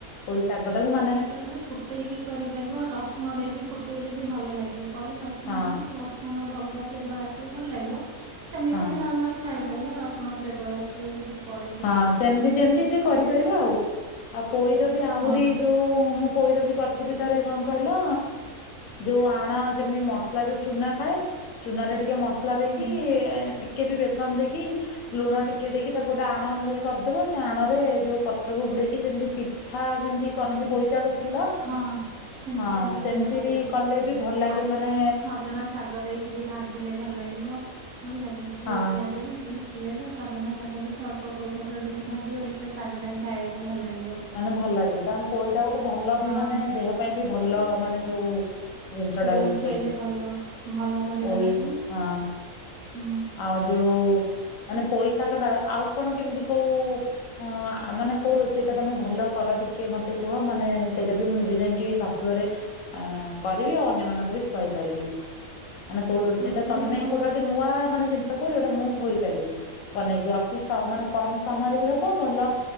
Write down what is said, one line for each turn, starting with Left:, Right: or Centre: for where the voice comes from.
Left: ପୋଇସାଗ ଟା କୁ।
Right: ଏକାଥରେ ଫୁଟେଇକି କରିପାରିବ। ରସୁଣ ଦେଇକି ଫୁଟେଇଲେ ବି ଭଲ ଲାଗିବ। ପରେ ରସୁଣ
Left: ହଁ
Right: ଦେଲେ ସେ ରସୁଣ ଆମର ଗୋଟେ ଅଲଗା ଫ୍ଲେଭର ଆସିବ ଭଲ ଲାଗିବ। ସେମିତି
Left: ହଁ
Right: ବି ନର୍ମାଲ ଖାଇପାରିବ। ରସୁଣ ଫ୍ଲେଭର ଆସିବ ଯଦି ପରେ ଫୁଟେ
Left: ହଁ
Right: ଇବ।
Left: ସେମିତି ଯେମିତି ସେ କରିପାରିବ। ଆଉ ଆଉ ପୋଇର ବି ଆହୁରି
Right: ହଁ
Left: ଯୋଉ ମୁଁ ପୋଇର ବି କରିଥିଲି ଥରେ କଣ କହିଲ? ଯୋଉ ଆଣ ଯେମିତି ମସଲା ଯୋଉ ଚୁନା ଥାଏ। ଚୁନା ରେ ଟିକେ ମସଲା ଦେଇକି।
Right: ହୁଁ।
Left: ଟିକେ ବି ବେସନ ଦେ ଇ। ଲୁଣ ଟିକେ ଦେଇକି ତାକୁ ଗୋଟେ ଆଣ ଭଳିଆ କରିଦବ। ସେ ଆଣ ରେ ଯୋଉ ପତ୍ରକୁ ବୁଡେଇକି ଯେମିତି। କଥା ଯେମିତି କରନ୍ତି ବହୁତ। କେତେବେୁ ଫୁଲ <inaudible>
Right: ହଁ ସେମିତି
Left: ହଁ
Right: ବି ବ
Left: ସେମିତି
Right: ଭଲ
Left: ବି
Right: ଲାଗିବ।
Left: କଲେ ବି ଭଲ
Right: ଖାଲି
Left: ଲାଗେ ମାନେ
Right: ତାକୁ ସଜନା ଶାଗ ଦେଇକି ବି ଭାଜିଲେ ଭଲ ଲାଗିବ। ଭଲ ଲାଗେ ଖାଲି
Left: ହଁ
Right: ପିଆଜ ଦେଇକି। ପିଆଜ ସଜନା ଶାଗ ଦେଇକି। ଅଳ୍ପ ପୋଇପତ୍ର ଦେଇକି ଭାଜିବ। ଦେଖିବା ଶାଗଟା ବି ଖାଇବାକୁ ଭଲ ଲାଗିବ।
Left: ମାନେ ଭଲ ଲାଗେ। ତା ପୋଇଟା ଗୋଟେ ଭଲ
Right: ହଁ
Left: ବି ମାନେ ଦେହ ପାଇଁ ବି ଭଲ ମାନେ ଯୋଉ, ଜିନିଷଟା
Right: ପୋଇ
Left: ଇ
Right: ଖାଇଲେ
Left: ଫେ
Right: ଭଲ ଭଲ ପରିବା
Left: ଓୋଇ
Right: ଟା ପୋଇ
Left: ହଁ
Right: ଉଁ
Left: ଆଉ ଯୋଉ ମାନେ ପୋଇଶଗ ଟା କଡା ଆଉ କଣ କେମିତି କୋଉ। ହଁ ମାନେ କୋଉ ରୋଷେଇ ଟା ତମେ ଭଲ କର ଟିକେ ମତେକୁହ। କୁହ ମାନେ ସେଇଟା ବି ମୁଁ ନିଜେ ଯାଇକି ବି ଶାଶୁଘରେ। ଅ କରିବି ଆଉ ଅନ୍ୟମାନଙ୍କୁ ବି ଖୁଆଇ ପାରିବି। ମାନେ କୋଉ ରୋ ସେଇଟା
Right: ରୋଷେଇ
Left: ତମେମାନେ
Right: ସବୁ
Left: ଗୋଟେ ନୂଆ ମାନେ ଜିନିଷ କହୁଛ। ସେଟା ମୁଁ ଖୋଇପାରିବି ବନେଇକି ଅତି ସ ମାନେ କମ୍ ସମୟରେ ବି ହବ ଭଲ